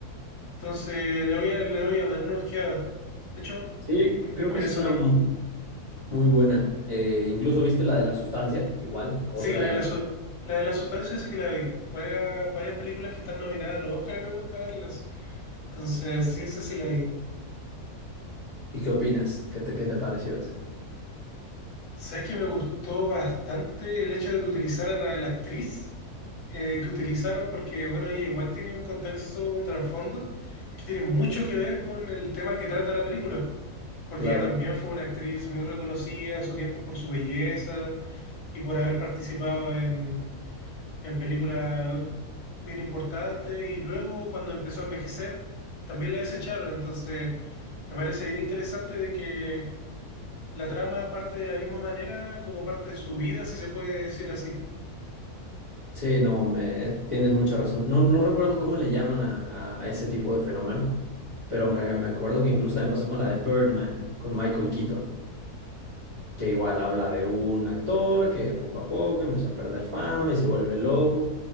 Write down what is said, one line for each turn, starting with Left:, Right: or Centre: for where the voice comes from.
Left: Entonces le voy a, le voy a dar una ojeada. De hecho,
Right: Sí,
Left: bueno,
Right: creo
Left: puede
Right: que esa
Left: sonar.
Right: es una mu- muy buena. Eh, incluso viste la de La Sustancia, igual, otra.
Left: Sí, la de la, su- la de la sustancia sí la vi. Varias, varias películas que están nominadas a los Oscars me gusta verlas. Entonces, sí, esa sí la vi.
Right: ¿Y qué opinas? ¿Qué te, qué te pareció esa?
Left: ¿Sabes que me gustó bastante el hecho de que utilizaran a la actriz? eh, que utilizaron, porque bueno, ella igual tiene un contexto, un trasfondo que tiene mucho que ver con el tema que trata la película, porque
Right: Claro.
Left: ella también fue una actriz muy reconocida en su tiempo por su belleza y por haber participado en, en películas bien importantes, y luego cuando empezó a envejecer, también la desecharon, entonces me parece bien interesante de que la trama parte de la misma manera como parte de su vida, si se puede decir así.
Right: Sí, no, me, eh, tienes mucha razón. No, no recuerdo cómo le llaman a, a- a ese tipo de fenómeno, pero me, me acuerdo que incluso también pasó con la de Birdman, con Michael Keaton, que igual habla de un actor que poco a poco empezó a perder fama y se vuelve loco.